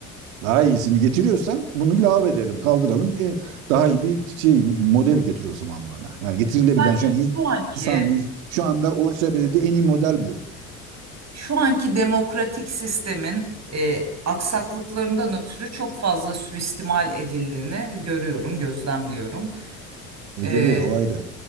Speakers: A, on the right; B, on the right.
A: Daha iyisini getiriyorsan bunu lave edelim, kaldıralım. E, daha iyi bir şey model getir o zaman bana. Yani getirilebilen
B: ben
A: şu an
B: şu anki
A: insanın şu anda ulaşabildiği en iyi model bu.
B: Şu anki demokratik sistemin e, aksaklıklarından ötürü çok fazla suistimal edildiğini görüyorum, gözlemliyorum.
A: Ediliyor
B: E,
A: o ayrı.